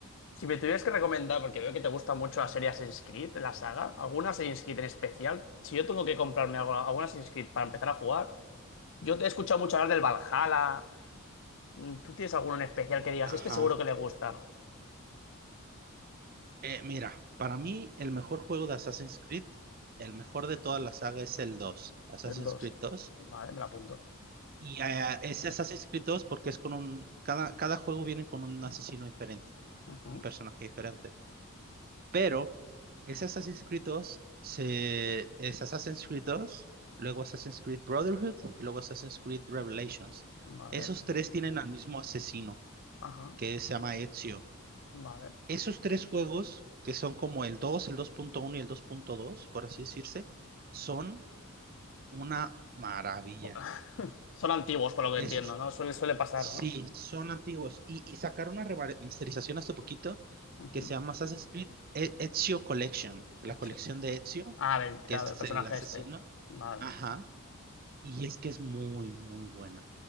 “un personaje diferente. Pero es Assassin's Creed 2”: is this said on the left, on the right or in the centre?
Right